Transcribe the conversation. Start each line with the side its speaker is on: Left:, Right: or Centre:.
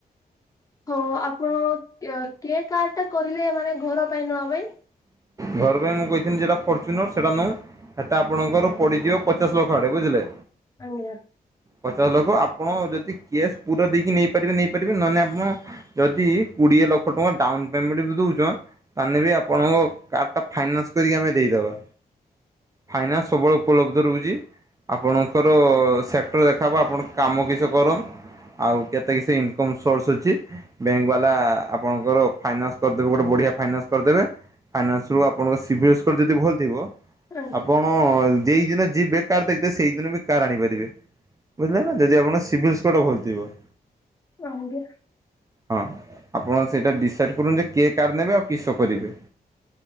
Left: ହଉ ଆପଣ କେ କେ କାର୍ ଟା କହିଲେ ମାନେ ଘର ପାଇଁ ନବା ପାଇଁ?
Right: ଘର ପାଇଁ ମୁଁ କହିଥିଲି ଯେଟା ଫର୍ଚୁନର୍ ସେଇଟା ନେଁ। ସେଟା ଆପଣଙ୍କର ପଡିଯିବ, ପଚାଶ ଲକ୍ଷ ଆଡେ ବୁଝିଲେ।
Left: ଆଜ୍ଞା।
Right: ପଚାଶ ଲକ୍ଷ୍ୟ ଆପଣ ଯଦି କେସ୍ ପୁରା ଦେଇକି ନେଇପାରିବେ, ନେଇପାରିବେ ନହେଲେ ଆପଣ ଯଦି କୋଡିଏ ଲକ୍ଷ ଟଙ୍କା ଡାଉନ ପେମେଣ୍ଟ ବି ଦଉଛ ତାହେଲେ ବି ଆପଣଙ୍କ କାର୍ ଟା ଫାଇନାନ୍ସ କରିକି ଆମେ ଦେଇଦବା। ଫାଇନାନ୍ସ ସବବେଳେ ଉପଲବ୍ଧ ରହୁଛି, ଆପଣଙ୍କର ସେକ୍ଟର ଦେଖା ହବ ଆପଣ କାମ କିଛି କର ଆଉ କେତେ, କି ସେ ଇନକମ୍ ସୋରସ୍ ଅଛି। ବ୍ୟାଙ୍କ ବାଲା ଆପଣଙ୍କର ଫାଇନାନ୍ସ କରିଦେବେ ଗୋଟେ ବଢ଼ିଆ ଫାଇନାନ୍ସ କରିଦେବେ। ଫାଇନ୍ସ ରୁ ଆପଣଙ୍କ ସିଭିଲ୍ ସ୍କୋର ଯଦି ଭଲ ଥିବ
Left: ଆଜ୍ଞା
Right: ଆପଣ ହଁ ଦି ଦିନ ଯିବେ, କାର ଦେଖଦେ ସେଇଦିନ ବି କାର ଆଣିପାରିବେ। ବୁଝିଲେ ନା ଯଦି ଆପଣ ଙ୍କ ସିଭିଲ୍ ସ୍କୋର ଭଲଥିବ।
Left: ଆଜ୍ଞା।
Right: ହଁ ଆପଣ ସେଇଟା ଡିସାଇଡ଼୍ କରୁନ୍ତୁ ଯେ କିଏ କାର୍ ନେବେ ଆଉ କିସ କରିବେ।